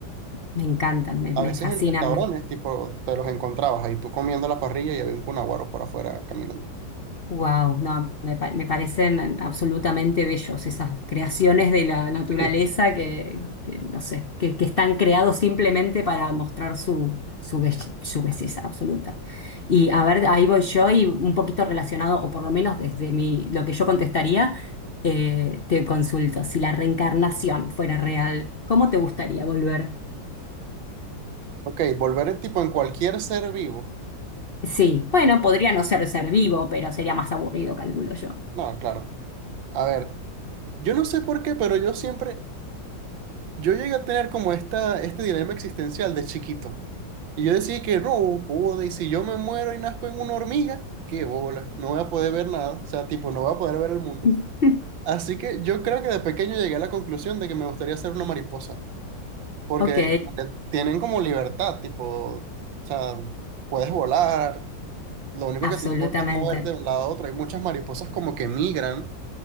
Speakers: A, on the left; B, on the right.
A: Me encantan, me,
B: A
A: me
B: veces
A: fascinan.
B: en restaurantes, tipo, te los encontrabas ahí tú comiendo la parrilla y había un cunaguaro por afuera caminando.
A: Wow, no, me, pa- me parecen eh, absolutamente bellos esas creaciones de la naturaleza
B: <laughs>
A: que, que, no sé, que, que están creados simplemente para mostrar su, su, belle- su belleza absoluta. Y a ver, ahí voy yo y un poquito relacionado, o por lo menos desde mi, lo que yo contestaría, eh, te consulto, si la reencarnación fuera real, ¿cómo te gustaría volver?
B: Ok, volver tipo en cualquier ser vivo.
A: Sí, bueno, podría no ser ser vivo, pero sería más aburrido, calculo yo.
B: No, claro. A ver, yo no sé por qué, pero yo siempre, yo llegué a tener como esta, este dilema existencial de chiquito. Y yo decía que no, joder, y si yo me muero y nazco en una hormiga, qué bola, no voy a poder ver nada, o sea, tipo, no voy a poder ver el mundo.
A: <laughs>
B: Así que yo creo que de pequeño llegué a la conclusión de que me gustaría ser una mariposa, porque
A: Ok,
B: como que tienen como libertad, tipo, o sea, puedes volar, lo único que
A: absolutamente.
B: te importa es moverte de un lado a otro. Hay muchas mariposas como que migran